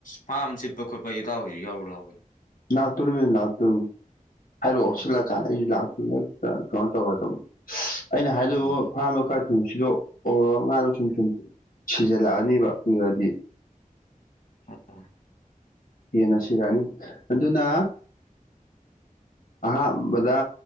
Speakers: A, on the left; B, on the left.
A: ꯐꯥꯔꯝ ꯁꯤꯠꯄ ꯈꯣꯠꯄꯒꯤ ꯏꯇꯥꯎꯁꯨ ꯌꯥꯎꯔꯛ ꯂꯥꯎ ꯀꯩꯅꯣ
B: ꯂꯥꯛꯇꯣꯔꯨꯝꯅꯦ ꯂꯥꯛꯇꯣꯔꯨꯝ ꯍꯥꯏꯔꯛꯑꯣ
A: ꯎꯝ
B: ꯁꯤꯜꯂꯀꯥꯟꯗ ꯑꯩꯁꯨ ꯂꯥꯛꯇ ꯍꯦꯛꯇ ꯀꯩꯅꯣ ꯇꯧꯔꯗꯕꯅꯤ ꯑꯩꯅ ꯍꯥꯏꯗꯣꯏꯕꯨ
A: ꯎꯝ
B: ꯐꯥꯔꯝꯕ ꯈꯔ ꯊꯨ ꯁꯤꯠꯂꯣ ꯑꯣ ꯉꯥꯗꯨ ꯁꯨꯝ ꯁꯨꯝ ꯁꯤꯖꯤꯜꯂꯛꯑꯅꯤꯕ ꯀꯨꯏꯔꯗꯤ
A: ꯑꯣ
B: ꯍꯦꯟꯅ ꯁꯤꯔꯅꯤ ꯑꯗꯨꯅ ꯑꯍꯥꯟꯕꯗ